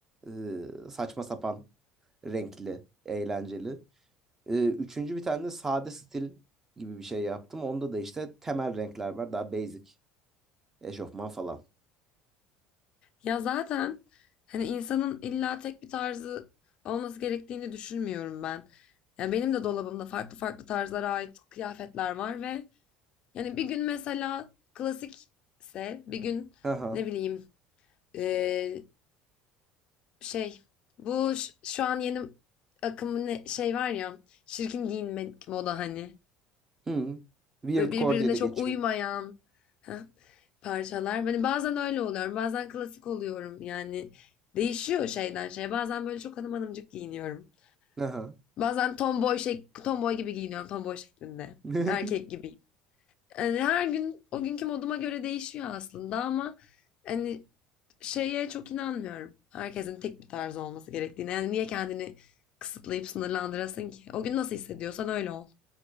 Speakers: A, on the right; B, on the left.
A: ee, saçma sapan, renkli, eğlenceli. Ee, üçüncü bir tane de sade stil gibi bir şey yaptım. Onda da işte temel renkler var, daha basic. Eşofman falan.
B: Ya zaten hani insanın illa tek bir tarzı olması gerektiğini düşünmüyorum ben. Ya benim de dolabımda farklı farklı tarzlara ait kıyafetler var ve yani bir gün mesela klasikse bir gün
A: Aha.
B: ne bileyim eee, şey bu ş- şu an yeni akımın ne- şey var ya şirkin giyinmek moda hani.
A: Hı. Weird
B: Böyle birbirine
A: core diye de
B: çok
A: geçiyor.
B: uymayan heh, parçalar. Hani bazen öyle oluyorum, bazen klasik oluyorum. Yani değişiyor şeyden şeye. Bazen böyle çok hanım hanımcık giyiniyorum.
A: Aha.
B: Bazen tomboy şey, tomboy gibi giyiniyorum, tomboy şeklinde.
A: <laughs>
B: Erkek gibi. Yani her gün o günkü moduma göre değişiyor aslında ama hani şeye çok inanmıyorum. Herkesin tek bir tarzı olması gerektiğine. Yani niye kendini kısıtlayıp sınırlandırasın ki? O gün nasıl hissediyorsan öyle ol.